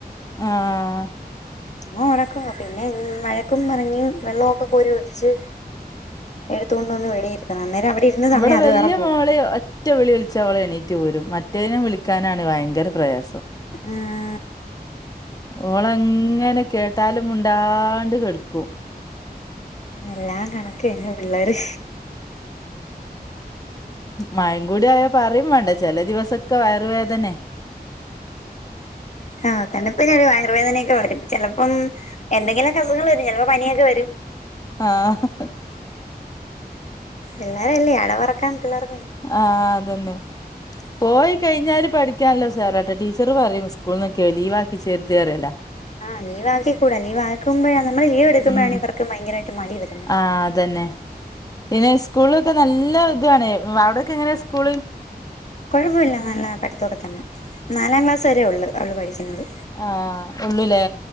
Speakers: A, on the left; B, on the left.
A: ആഹ്
B: മോൻഒറക്ക പിന്നെ മഴക്കും പറഞ്ഞ് വെള്ളഒക്കെ കോരി ഒഴിച്ച് എടുത്തുകൊണ്ട് വന്ന് വെളിയിരിത്തണം അന്നേരം അവിടെ ഇരുന്ന് സമയം
A: ഇവിടെ
B: അത് വേറെ പോവും
A: <unintelligible> ഒറ്റ വിളിവിളിച്ച അവള എണീറ്റ്പോരും മറ്റേയിനും വിളിക്കാനാണ് ഭയങ്കരപ്രയാസം
B: ആഹ്
A: ഓള അങ്ങനെ കേട്ടാലും മുണ്ടാണ്ട്കെട്ക്കും
B: എല്ലാം കണക്കന്നെപിള്ളേര്
A: മഴേം കൂടിആയാ പറേം വേണ്ട ചെല ദിവസൊക്കെ വയറ് വേദനയാ
B: ആഹ് കണ്ടപ്പോഞ്ഞിയൊരു വയർവേദനയൊക്കെ വരും ചെലപ്പം എന്തെങ്കിലൊ ക്ക് അസുഖങ്ങള് വെരും ചെലപ്പോ പനിയൊക്കെവരും
A: ആഹ്
B: പിള്ളേരല്ലേ അടവെറക്കാൻ പിള്ളേർ
A: ആഹ് അതന്നെ പോയികഴിഞ്ഞാല് പഠിക്കാല്ലഉസാറാട്ടാ ടീച്ചറ്പറയും സ്കൂൾന്നൊക്കെ ലീവാക്കിചേരത്അറിയുല
B: ആഹ് ലീവാക്കികൂട ലീവാക്കുമ്പയ നമ്മള് ലീവെടുക്കുമ്പോയാണ്
A: ഉം
B: ഇവർക്ക് ഭയങ്കരായിട്ട് മടി വരുന്നത്
A: ആഹ് അതന്നെ പിന്നെ സ്കൂളൊക്കെ നല്ല ഇതുവാണ് അവടെയൊക്കെ എങ്ങനെ സ്കൂള്
B: കുഴപ്പമില്ല നല്ലപഠിത്തൊക്കെ തന്നെ നാലാംക്ലാസ് വരേ ഒള്ളൂ അവള് പഠിക്കുന്നത്
A: ആഹ് ഒള്ളുലേ